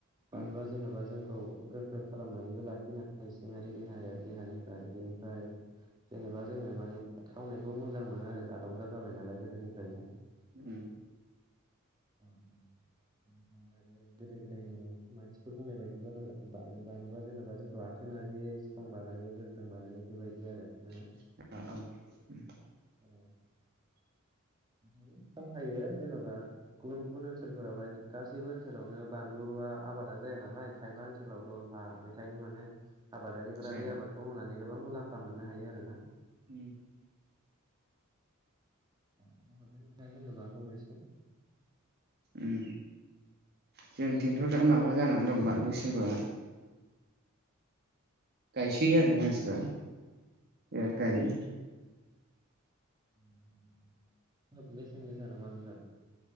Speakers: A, on the right; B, on the right.
A: मानना
B: उम
A: जेन'बा जों औ गोख्रों खालामनानैबो लाखिनो हायो। सिङारि देहाया देहानिफ्राय बेनिफ्राय जेनेबा जोङो माने थावनायखौ मोजां मोनो आरो जादावग्रा जाबाय नालाय गोदोनिफ्रायनो।
B: उम।
A: औ बेनिफ्राय आरो गोदो गोदायनि मानसिफोर बुंनाय बायदिबाथ' बान बानलुआ जेनेबा जोंखौ आथोनारियै सिथ्रं बानायो गोख्रों बानायो बेबायदि आरो ना।
B: <unintelligible>
A: <unintelligible>
B: <inaudible>
A: ओमफायो बाहायो जेन'बा गुबुन गुबुन ओनसोलफोरावहाय गासैबो ओनसोलावनो बानलुआ आबादा जाया नालाय। खायफा ओनसोलाव दलहा बेखायनो माने आबादारिफोरा
B: जायो
A: बे आबादखौ मावनानै गोबां मुलाम्फा मोननो हायो आरो ना।
B: उम।
A: अ बुंहरदो नोंथां जेनेबा फंनैसो।
B: उम जोंथिंथ' दा माबा जानान दं बानलु सिब्रआ गायसैयो आरो मानसिफ्रा बिराद गायो।
A: <unintelligible> गोसान नामा नोंथां?